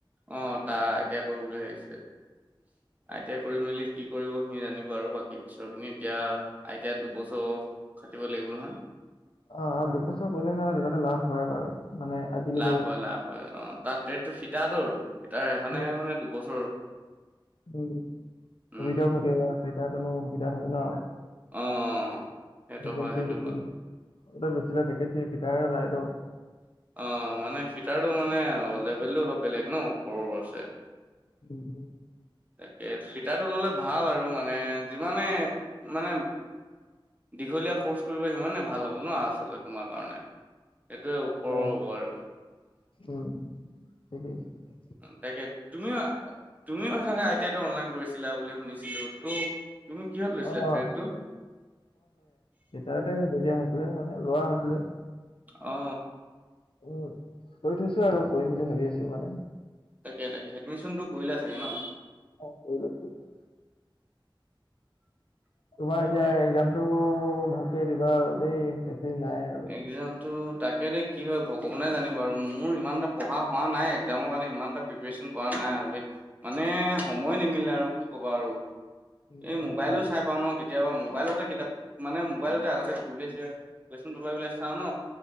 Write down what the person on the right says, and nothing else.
অ তাই আই টি আই কৰো বুলি ভাবিছে আই টি আই কৰি মেলি কি কৰিব সি জানিব আৰু বাকী পিছৰখিনি এতিয়া আই টি আই দুবছৰ খাটিব লাগিব নহয়
লাভ হয় লাভ হয় অ তাত ট্ৰেডটো ফিতাৰটো আৰু সেইকাৰণে
মানে দুবছৰ
উম
অ সেইটো
হয় সেইটো
হয়
অ মানে ফিটাৰটো মানে লেভেলটো অলপ বেলেগ ন ওপৰত আছে
তাকে ফিটাৰটো ল'লে ভাল আৰু মানে যিমানে মানে দীঘলীয়া ক'ৰ্চ কৰিব সিমানে ভাল হ'ব ন আচলতে তোমাৰ কাৰণে সেইটোৱে ওপৰৰ
হ'ব আৰু
তাকে তুমিও তুমিও আই টি আই টো অনলাইন কৰিছিলা বুলি শুনিছিলো ত তুমি কিহত লৈছিলা
ট্ৰেদটো
অ
তাকে তাকে এডমিচনটো কৰিলে চাগে ন
তাকে
একজামটো তাকে দে কি হয় ভগৱানে জানিব আৰু মোৰ ইমান এটা পঢ়া হোৱা নাই একজামৰ কাৰণে ইমান এটা প্ৰিপাৰেচন কৰা নাই আৰু দেই মানে সময় নিমিলে আৰু কি ক'বা আৰু
এই
মোবাইলো
চাই পাও ন কেতিয়াবা মোবাইলতে কিতাপ মানে মোবাইলতে আগতে প্ৰিভিয়াছ ইয়াৰ কুৱেচণ পেঁপাৰ বিলাক চাওঁ ন